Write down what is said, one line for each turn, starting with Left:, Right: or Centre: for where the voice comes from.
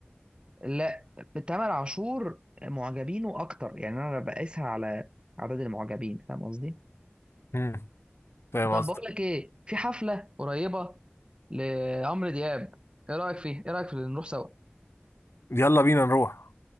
Right: لا تامر عاشور معجبينه اكتر يعني انا بقيسها على عدد المعجبين فاهم قصدي
Left: امم فاهم
Right: طب
Left: قصدك
Right: بقول لك ايه في حفله قريبه لعمرو دياب ايه رايك فيه ايه رايك في اللي نروح سوا
Left: يلا بينا نروح